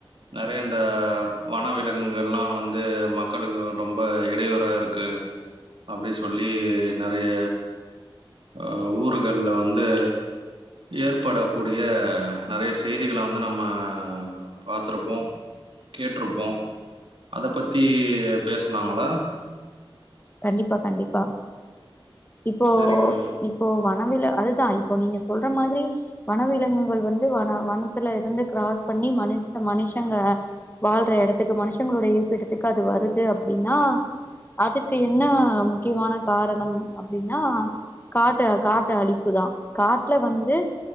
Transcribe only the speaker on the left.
கண்டிப்பா கண்டிப்பா இப்போ
இப் போ வனவில அதுதா இப்பொ நீங்க சொல்ற மாதிரி வனவிலங்குகள் வந்து வன வனத்துல இருந்து கிராஸ் பண்ணி மனிஷ மனிஷங்க வாழ்ற எடத்துக்கு மனுஷங்களோட இருப்பிடத்துக்கு அது வருது அப்டின்னா அதுக் க்கு என்ன முக்கியமான காரணம் அப்டின்னா காட்டு காட்ட அழிப்புதா காட்ல வந்து